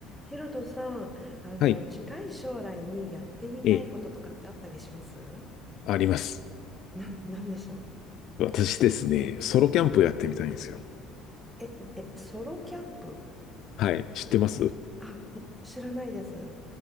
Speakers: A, in the centre; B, on the left (about 55°).
A: ヒロトさん、あの、
B: はい。
A: 近い将来にやってみたいこととかってあったりします
B: ええ。あります。
A: なん、なんでしょ
B: 私ですね、ソロキャンプやってみたいんですよ。
A: う。え、え、ソロキャンプ
B: はい。知ってます
A: あ、い知らないです。